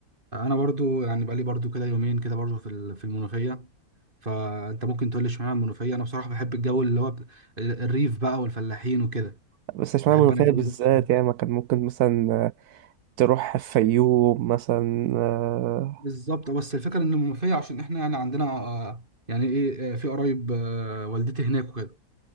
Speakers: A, on the right (about 35°); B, on the right (about 80°).
A: انا برضو يعني بقالي برضو كده يومين كده برضو في ال- في المنوفية فانت ممكن تقول لي اشمعنى المنوفية انا بصراحة بحب الجو اللي هو ب- الريف بقى والفلاحين وكده
B: بس عشان
A: بحب
B: أنا منوفية
A: انا الجو
B: بالذات
A: ده
B: يعني ما كان ممكن مثلا آه، تروح الفيوم مثلا آه
A: بالظبط بس الفكره ان المنوفيه عشان احنا يعني عندنا آه، يعني ايه آه، في قرايب آه، والدتي هناك وكده